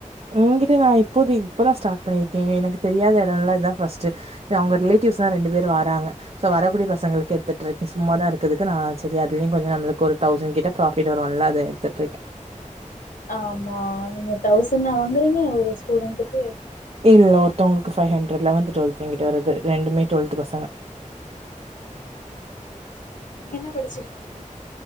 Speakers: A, on the right; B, on the left.
A: உங்கிட்ட நான் இப்போதி இப்பதா ஸ்டார்ட் பண்ணிருக்க எனக்கு தெரியாத இடம்லா இதா ஃபர்ஸ்ட் இது அவங்க ரிலேட்டிவ்ஸ் தா
B: ம்ஹும்
A: ரெண்டு பேர் வாராங்க ஸோ வரக்கூடிய பசங்களுக்கு எடுத்துட்
B: ம்ஹும்
A: இருக்கே சும்மாதா இருக்குறதுக்கு நா சரி அதுலயு கொஞ்சோ நம்மளுக்கு ஒரு தௌசண்ட் கிட்ட ப்ராப்பிட் வரும்ல அத எடுத்துட்ருக்க
B: ஆமா நீங்க தௌசணா வாங்குறீங்க ஒரு ஸ்டூடெண்ட்டுக்கு
A: இல்ல ஒருத்தவங்களுக்கு ஃபைவ் ஹ்ண்ரட் லவன்த டுவல்த் எங்கிட்ட வரது ரெண்டுமே டுவல்த் பசங்க
B: ம்ஹும் சேரி சேரி நீங்க என்ன படிச்சிருக்கீங்க